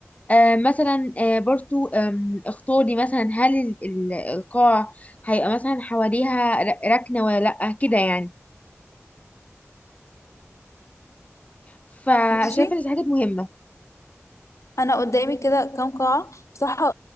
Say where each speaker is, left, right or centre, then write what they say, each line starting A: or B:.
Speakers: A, on the left; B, on the left.
A: آه، مثلا آه، برضو آم، اختاري مثلا هل ال- ال- القاع هيبقى مثلا حواليها ر- ركنة ولا لأ كده يعني فشايفة
B: بصي
A: ان دي حاجات مهمة
B: انا قدامي كده كام قاعه بصراحه